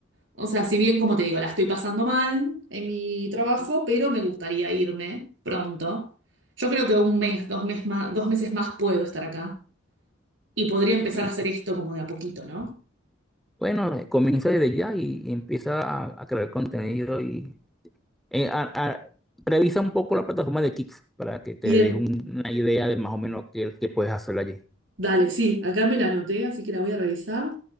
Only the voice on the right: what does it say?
o sea, si bien como te digo, la estoy pasando mal en mi trabajo, pero me gustaría irme pronto. Yo creo que un mes, dos mes más, dos meses más puedo estar acá y podría empezar
a hacer esto como de a poquito, ¿no?
Bien,
dale, sí, acá me la anoté, así que la voy a revisar.